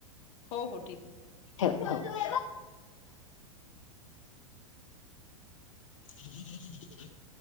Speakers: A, on the left; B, on the left.
A: हो हो ठीक आहे
B: हो हो ज ज ज <unintelligible>